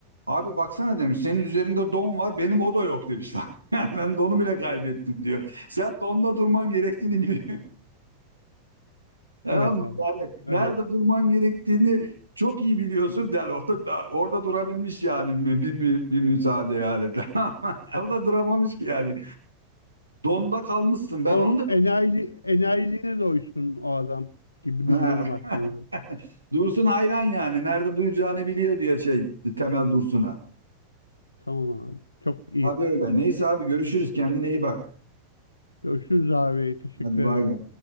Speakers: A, on the right; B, on the left.
A: Abi baksana demiş senin üzerinde don var benim o da yok demiş lan. <laughs> Yani ben donu bile kaybettim diyor. Sen donda durman gerektiğini biliyorsun. <laughs> Tamam
B: Evet
A: mı?
B: abi.
A: Yani nerede
B: Öyle.
A: durman gerektiğini çok iyi biliyorsun. Yani orada, da- orada durabilmiş yani bir, bir, bir müsaade yani. <laughs> O da duramamış ki yani. Donda kalmışsın ben
B: O
A: onu da
B: enayili, enayiliğine doysun o adam gibi
A: Ha.
B: bir durum var
A: <laughs>
B: sanırım.
A: Dursun hayran yani. Nerede duyacağını biliyor diyor şey Temel Dursun'a.
B: Tamam abi. Çok iyi.
A: Abi öyle. Neyse abi görüşürüz. Kendine iyi bak.
B: Görüşürüz abi. Teşekkür
A: Hadi bay
B: ederim.
A: bay.